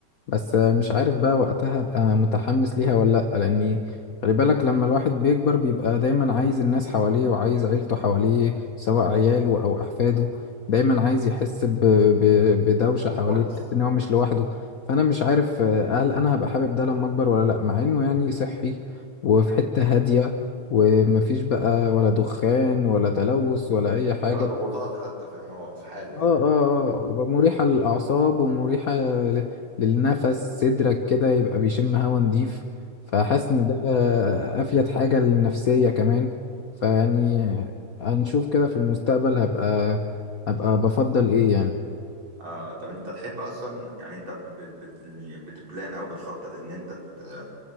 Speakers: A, on the left (about 50°); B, on the right (about 60°).
A: بس مش عارف بقى وقتها ابقى متحمس ليها ولا لأ لأني خلي بالك لما الواحد بيكبر بيبقى دايما عايز الناس حواليه وعايز عيلته حواليه سواء عياله أو أحفاده دايما عايز يحس ب... ب... بدوشة حواليه
B: ونس
A: يحس إن هو مش لوحده فأنا مش عارف آه، هل أنا هبقى حابب ده لما أكبر ولا لأ مع إنه يعني صحي وفي حتة هادية ومفيش بقى ولا دخان ولا تلوث ولا أي حاجة
B: ولا ضغوطات حتى فاهم هو في حاله
A: اه
B: كده
A: اه اه مريحة للأعصاب ومريحة ل- للنفس صدرك كده يبقى بيشم هوا نضيف فحاسس إن ده أفيد حاجة للنفسية كمان فيعني هنشوف كده في المستقبل هبقى هبقى بفضل إيه يعني
B: آه طب انت تحب اصلا يعني انت بت بت بتبلان او بتخطط ان انت ت-